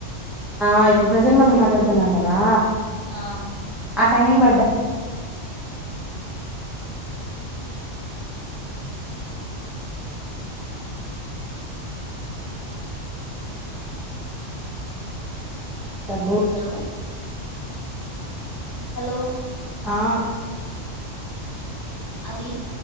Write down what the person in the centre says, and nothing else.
ఆ ఇప్పుడు ప్రెజెంట్ మనం మాట్లాడ్తు తున్నాంగదా
టైమింగ్ పడ్డ్ సబ్బు
ఆ